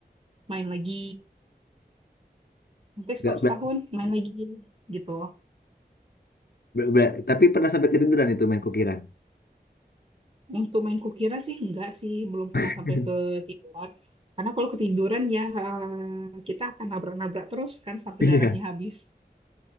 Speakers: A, on the right; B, on the left.
A: main lagi. nanti
B: Gak
A: stop
B: ber-
A: setahun main lagi gitu
B: ber- ber- tapi pernah sampai ketiduran itu main kukiran.
A: untuk main kukira sih enggak sih belum pernah
B: <laughs>
A: sampai ketiduran karena kalau ketiduran ya eh, kita akan nabrak-nabrak terus kan sampai
B: Iya.
A: darahnya habis